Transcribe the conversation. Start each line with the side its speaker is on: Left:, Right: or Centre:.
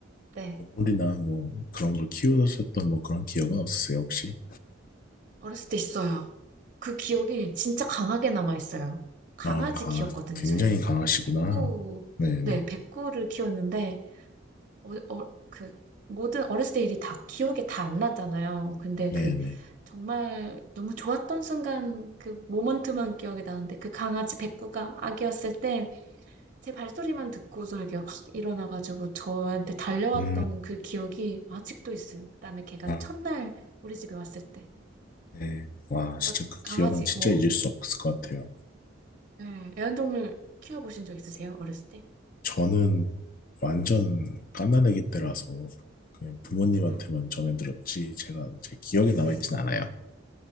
Right: 네.
Left: 동물이나 뭐 그런 걸 키우셨던 뭐 그런 기억은 없으세요, 혹시?
Right: 어렸을 때 있어요. 그 기억이 진짜 강하게 남아있어요. 강아지
Left: 아, 강아,
Right: 키웠거든요,
Left: 굉장히
Right: 저희.
Left: 강하시구나.
Right: 백구,
Left: 네네,
Right: 네, 백구를 키웠는데, 어, 어, 그, 모든 어렸을 때 일이 다 기억에 다 안 나잖아요. 근데
Left: 네네.
Right: 그, 정말 너무 좋았던 순간 그 모먼트만 기억이 나는데, 그 강아지 백구가 아기였을 때, 제 발소리만 듣고서 이렇게 확 일어나가지고 저한테 달려왔던
Left: 음,
Right: 그 기억이 아직도 있어요. 그다음에 걔가
Left: 아,
Right: 첫날 우리 집에 왔을 때.
Left: 네. 와,
Right: 어, 어,
Left: 진짜 그
Right: 강아지,
Left: 기억은 진짜
Right: 뭐,
Left: 잊을 수 없을 것 같아요.
Right: 네, 애완동물 키워보신 적 있으세요? 어렸을 때?
Left: 저는 완전 갓난아기 때라서 그냥 부모님한테만
Right: 네.
Left: 전해들었지, 제가 제 기억에 남아있진
Right: 네.
Left: 않아요.